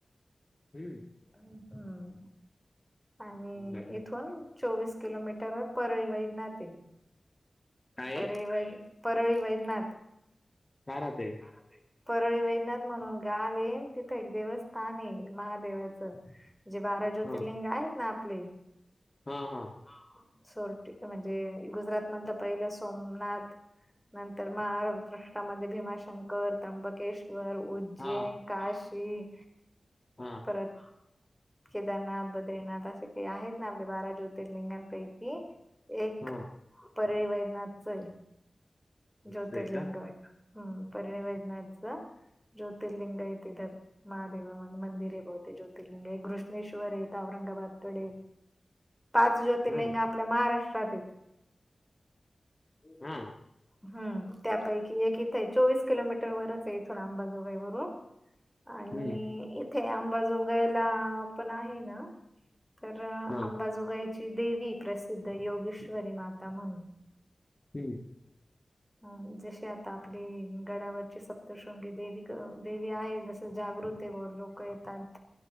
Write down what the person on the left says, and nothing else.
हम्म.
हम्म.
काय
आहे?
का राहते?
हा.
हा हा.
हा
हा.
हा.
असं
आहे का?
हा.
हा.
हम्म.
हा.
हम्म.